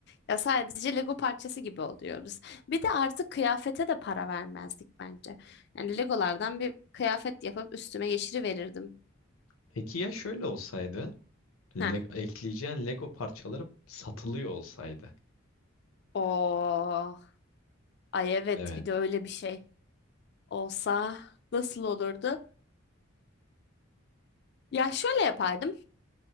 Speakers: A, on the left; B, on the left.
A: Ya sadece Lego parçası gibi oluyoruz. Bir de artık kıyafete de para vermezdik bence. Yani Legolardan bir kıyafet yapıp üstüme geçiriverirdim.
B: Peki ya şöyle olsaydı? Le
A: Heh.
B: ekleyeceğin Lego parçaları satılıyor olsaydı.
A: Oh. Ay evet
B: Evet.
A: bir de öyle bir şey olsa nasıl olurdu? Ya şöyle yapardım.